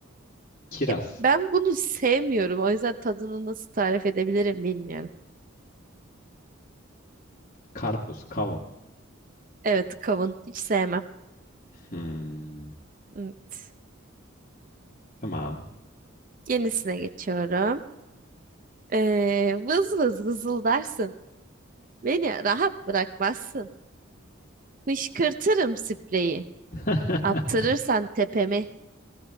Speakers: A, on the left (about 40°); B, on the right (about 40°).
A: Kiraz,
B: Ya ben bunu sevmiyorum. O yüzden tadını nasıl tarif edebilirim bilmiyorum.
A: karpuz, kavun.
B: Evet, kavun. Hiç sevmem.
A: Hmm,
B: Evet.
A: tamam.
B: Yenisine geçiyorum. Ee, vız vız vızıldarsın. Beni rahat bırakmazsın. Fışkırtırım spreyi.
A: <laughs>
B: Attırırsan tepemi.